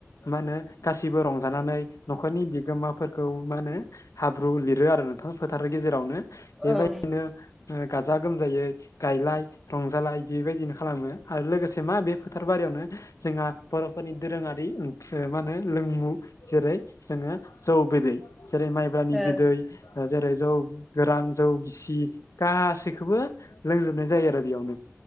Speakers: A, on the left; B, in the centre.
A: मा होनो गासिबो रंजानानै न'खरनि बिगोमाफोरखौ मा होनो हाब्रु लिरो आरो नोंथां फोथारनि गेजेरावनो बेबायदिनो
B: औ
A: गाजा गोमजायै गायलाय रंजालाय बेबायदिनो खालामो आरो लोगोसे मा बे फोथार बारियावनो जोंहा बर'फोरनि दोरोङारि ओं मा होनो लोंमु जेरै जोङो जौ बिदै जेरै माइब्रानि
B: ओ औ
A: बिदै जेरै जौ गोरान जौ गिसि गासैखौबो लोंजोबनाय जायो आरो यावनो